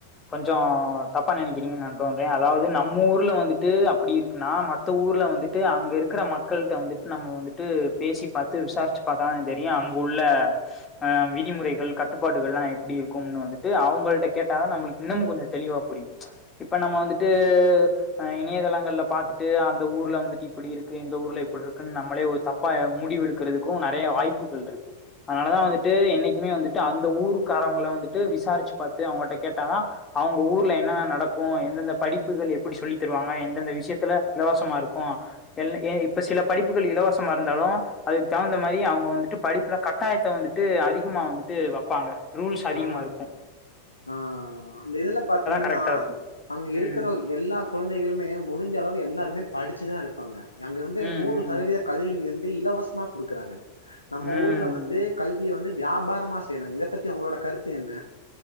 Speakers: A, on the left; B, on the left.
A: கொஞ்சம் தப்பா நினைக்கிறீங்கன்னு நா தோன்றே அதாவது நம்ம ஊர்ல வந்துட்டு அப்டி இருக்குன்னா மத்த ஊர்ல வந்துட்டு அங்க இருக்கிற மக்கள்ட்ட வந்துட்டு நம்ம வந்துட்டு பேசி பாத்து விசாரிச்சு பாத்தா தா தெரியு அங்க உள்ள ஆஹ் விதிமுறைகள் கட்டுப்பாடுகல்லா எப்படி இருக்கும்னு வந்துட்டு அவங்கள்ட கேட்டாதா நம்மளுக்கு இன்னமு கொஞ்சம் தெளிவா புரியும் இப்ப நம்ம வந்துட்டு அஹ் இணையதளங்கள்ல பாத்துட்டு அந்த ஊர்ல வந்துட்டு இப்டி இருக்கு இந்த ஊர்ல இப்டி இருக்குன்னு நம்மளே ஒரு தப்பா முடிவெடுக்குறதுக்கு நெறையா வாய்ப்புகள் இருக்கு அனாலதா வந்துட்டு என்னைக்குமே வந்துட்டு அந்த ஊருக்காரவங்கள வந்துட்டு விசாரிச்சு பாத்து அவங்கிட்ட கேட்டாதா அவங்க ஊர்ல என்னென்ன நடக்கு எந்தெந்த படிப்புகள் எப்படி சொல்லி தருவாங்க எந்தெந்த விஷயத்துல இலவசமா இருக்கு எல் எ இப்ப சில படிப்புகள் இலவசமா இருந்தாலு அதுக்கு தகுந்த மாரி அவங்க வந்துட்டு படிப்புல கட்டாயத்த வந்துட்டு அதிகமா வந்துட்டு வப்பாங்க ரூல்ஸ் அதிகமா
B: ஆ
A: இருக்கும்
B: ஆ அந்த இதுல பாத்தீங்கன்னா
A: கரெக்டா இருக்கு
B: அங்க இருக்கிற
A: ம்
B: எல்லா குழந்தைகளுமே முடிஞ்ச அளவு எல்லாருமே படிச்சுதா இருக் பாங்க அங்க வந்து
A: ம்
B: நூறு சதவீத கல்வி வந் இலவசமா கொடுக்குறாங்க நம்ம
A: ம் ம்
B: ஊர்ல வந்து கல்விய வந்து வியாபாரமா செய்றாங்க இத பத்தி ஒங்களோட கருத்து என்ன